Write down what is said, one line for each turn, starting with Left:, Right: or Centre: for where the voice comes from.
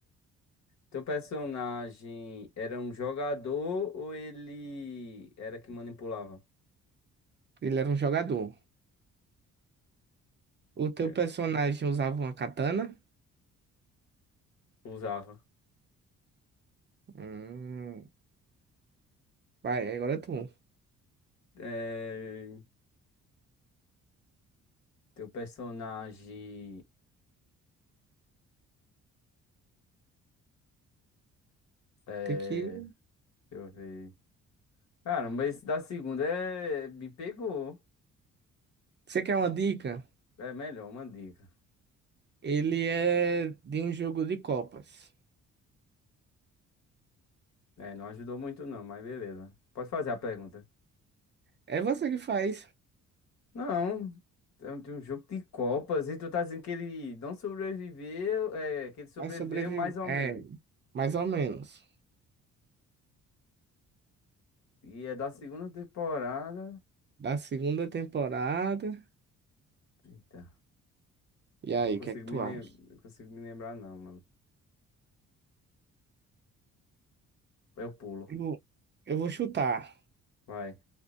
Left: Teu personagem era um jogador ou ele era que manipulava?
Right: Ele era um jogador. O teu
Left: É,
Right: personagem usava uma katana?
Left: Usava.
Right: Hum, vai, agora é tu.
Left: É, teu personagem. É,
Right: Tem que...
Left: deixa eu ver. Caramba, esse da segunda é... me pegou.
Right: Você quer uma dica?
Left: É melhor, uma dica.
Right: Ele é de um jogo de copas.
Left: É, não ajudou muito não, mas beleza. Pode fazer a pergunta.
Right: É você que faz,
Left: Não, é um de um jogo de Copas e tu tá dizendo que ele não sobreviveu, é, que ele sobreviveu
Right: mas sobrevive.
Left: mais ou
Right: É,
Left: menos.
Right: mais ou menos.
Left: E é da segunda temporada.
Right: Da segunda temporada.
Left: Eita,
Right: E aí,
Left: eu não consigo
Right: o que é que tu
Left: me, lem...
Right: acha?
Left: não consigo me lembrar não, mano. Eu pulo,
Right: Eu vou eu vou chutar.
Left: vai.